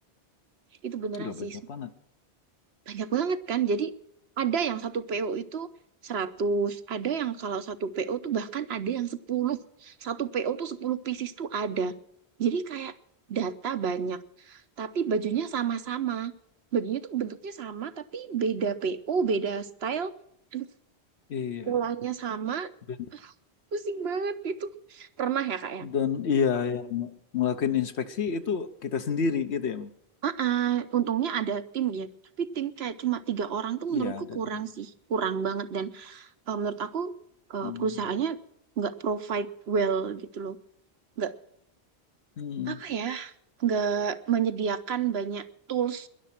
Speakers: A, on the right; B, on the left.
A: itu beneran
B: Gila
A: sih.
B: banyak banget.
A: banyak banget kan. Jadi ada yang satu PO itu seratus ada yang kalau satu PO tuh bahkan ada yang sepuluh Satu PO tuh 10 pieces tuh ada. Jadi kayak data banyak, tapi bajunya sama-sama. Bajunya tuh bentuknya sama, tapi beda PO, beda style, terus
B: Iya.
A: polanya sama.
B: Dan,
A: Ah, Pusing banget itu. Pernah ya kak ya?
B: dan iya yang ngelakuin inspeksi itu kita sendiri gitu ya. Mang?
A: Ah, untungnya ada tim ya. Tapi tim kayak cuma tiga orang tuh menurutku
B: Iya ada
A: kurang
B: tim.
A: sih, kurang banget. Dan eh, menurut aku eh,
B: Hmm.
A: perusahaannya nggak provide well gitu loh nggak
B: Hmm.
A: apa ya nggak menyediakan banyak tools